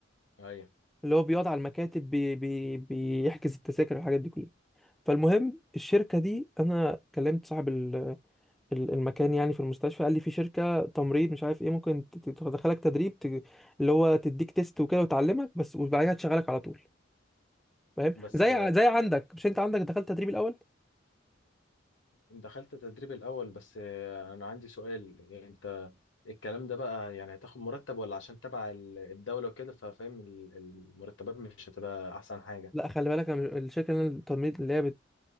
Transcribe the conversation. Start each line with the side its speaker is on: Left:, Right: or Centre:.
Left: ايوه
Centre: اللي هو بيقعد على المكاتب بي بي بيحجز التذاكر والحاجات دي كلها فالمهم الشركه دي انا كلمت صاحب ال- ال- المكان يعني في المستشفى قال لي في شركه تمريض مش عارف ايه ممكن ت- ت- تدخلك تدريب ت- اللي هو تديك تيست وكده وتعلمك بس وبعدها تشغلك على طول فاهم
Left: بس
Centre: زي زي عندك مش انت عندك دخلت تدريب الاول
Left: دخلت تدريب الأول بس آه، أنا عندي سؤال يعني أنت الكلام ده بقى يعني هتاخد مرتب ولا عشان تبع ال- الدولة وكده ففاهم ال- المرتبات مش هتبقى أحسن حاجة
Centre: لا خلي بالك انا مش- الشركه اللي أنا التمريض اللي هي بت